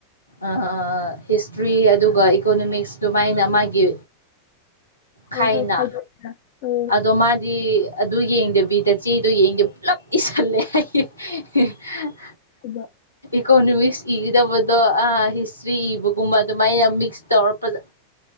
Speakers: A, on the left (about 85°); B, on the left (about 50°).
A: ꯑꯥ ꯍꯤꯁꯇ꯭ꯔꯤ ꯑꯗꯨꯒ ꯏꯀꯣꯅꯣꯃꯤꯛꯁꯇꯨ ꯑꯗꯨꯃꯥꯏꯅ ꯃꯥꯒꯤ
B: ꯍꯣꯏ
A: ꯈꯥꯏꯅ
B: ꯍꯣꯏ ꯈꯥꯏꯗꯣꯛꯏꯗꯅ ꯎꯝ
A: ꯑꯗꯣ ꯃꯥꯗꯤ ꯑꯗꯨ ꯌꯦꯡꯗꯕꯤꯗ ꯆꯦꯗꯣ ꯌꯦꯡꯗꯕꯤ ꯄꯨꯂꯞ ꯏꯁꯜꯂꯦ ꯍꯥꯢ ꯍꯦ ꯍ ꯍ
B: ꯗꯨꯕ
A: ꯏꯀꯣꯅꯣꯃꯤꯛꯁ ꯏꯒꯗꯕꯗꯣ ꯑꯥ ꯍꯤꯁꯇ꯭ꯔꯤ ꯏꯕꯒꯨꯝꯕ ꯑꯗꯨꯃꯥꯏꯅ ꯃꯤꯛꯁ ꯇꯧꯔ ꯐꯖ